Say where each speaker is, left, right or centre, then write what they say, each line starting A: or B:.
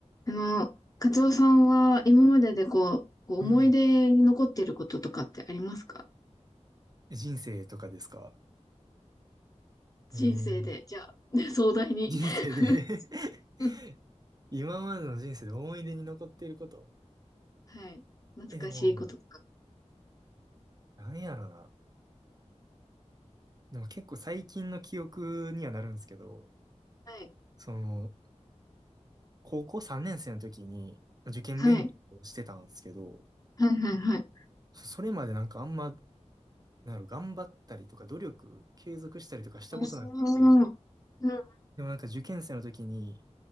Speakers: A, on the left; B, on the right.
A: あの、カツオさんは今まででこう、こう思い出に残っていることとかってありますか
B: うん。人生とかですか
A: 人生で、
B: うん。
A: じゃあ、<laughs> ね壮大に。
B: 人生で
A: <laughs>
B: <laughs>
A: うん
B: 今までの人生で思い出に残っていること。
A: はい。懐かしいこととか。
B: え、でも、なんやろな。でも結構最近の記憶にはなるんですけど、
A: はい。
B: その、高校3年生の時に受験勉強をしてたんですけど、
A: はい。はいはいはい。
B: それまでなんかあんま、なんやろ、頑張ったりとか努力継続したりとかしたことなくて、
A: あーうん。
B: でもなんか受験生の時に